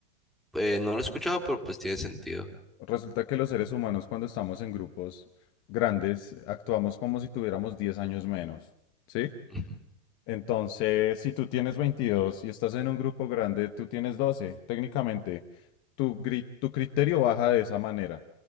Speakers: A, in the centre; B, on the left (about 40°).
A: Eh, no lo he escuchado, pero pues tiene sentido.
B: Resulta que los seres humanos cuando estamos en grupos grandes actuamos como si tuviéramos 10 años menos, ¿sí?
A: Ujú.
B: Entonces, si tú tienes 22 y estás en un grupo grande, tú tienes 12, técnicamente. Tu, gri- tu criterio baja de esa manera.